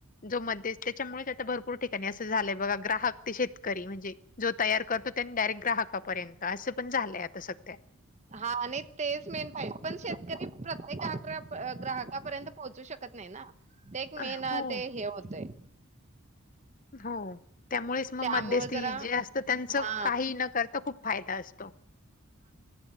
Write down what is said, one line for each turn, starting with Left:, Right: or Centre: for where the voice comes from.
Left: जो मध्यस्थि त्याच्यामुळेच, आता भरपूर ठिकाणी असं झालंय बघा ग्राहक ते शेतकरी म्हणेजे जो तयार कर तो त्याने डायरेट ग्राहक पर्यंत असं पण झालय आता सध्या.
Right: हा आणि तेच मेन पाहिजे, पण शेतकरी प्रत्येक आग्र ग्राहकापर्यंत पोहोचू शकत नाही ना. ते एक
Left: अ,
Right: मेन
Left: हो.
Right: ते हे होतंय.
Left: हो. त्यामुळेच मग
Right: त्यामुळे
Left: मध्यस्थी
Right: जरा
Left: जे असतं त्यांच
Right: हा
Left: काही न करता खूप फायदा असतो.